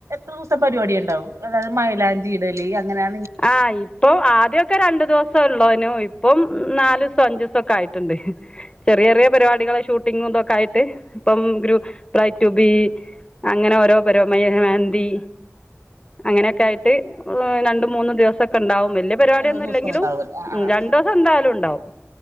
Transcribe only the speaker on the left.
ആഹ് ഇപ്പൊ ആദ്യൊക്കെ രണ്ട് ദിവ സൊ ഉള്ളോനോ ഇപ്പം നാലൂസം അഞ്ചൂസൊക്കെ ആയിട്ട്ണ്ട് ചെറിയ റിയ പരിപാടികളെ ഷൂട്ടിങ്ങുതൊക്കെ ആയിട്ട് ഇപ്പം ഗ്രൂ ബ്രൈ ടു ബി അങ്ങനെ ഓരോ പരമമായി ഏഹ് മെഹന്തി അങ്ങനെയൊക്കെ ആയിട്ട് <unintelligible> രണ്ടും മൂന്നും ദിവസൊക്കെണ്ടാവും വെല്യ പരിവാടിയൊന്നും
ഇല്ലെങ്കിലും
ഉം
രണ്ടാേ അത് എന്തായാലും ഇണ്ടാവും